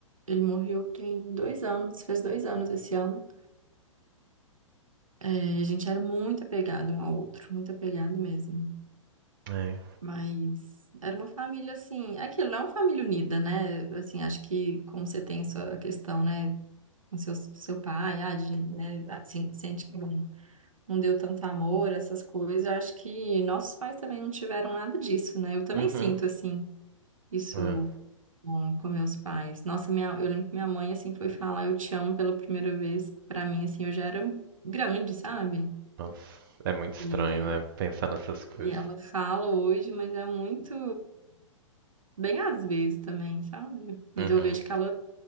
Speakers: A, on the right; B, on the right.
A: ele morreu tem dois anos, fez dois anos esse ano. E a gente era muito apegado um ao outro, muito apegado mesmo.
B: É.
A: Mas era uma família assim, é aquilo não é uma família unida, né? Assim, acho que como você tem sua questão, né, com seu, seu pai, ah, de, né, assim, sente que não, não deu tanto amor, essas coisas, eu acho que nossos pais também não tiveram nada disso, né? Eu também
B: Uhum.
A: sinto assim isso
B: É.
A: com, com meus pais. Nossa, minha, eu lembro que minha mãe assim foi falar eu te amo pela primeira vez, pra mim assim, eu já era grande, sabe?
B: Nossa, é muito estranho,
A: e
B: né? Pensar nessas coisas.
A: E ela fala hoje, mas é muito bem às vezes também, sabe? Mas
B: Uhum.
A: eu vejo que ela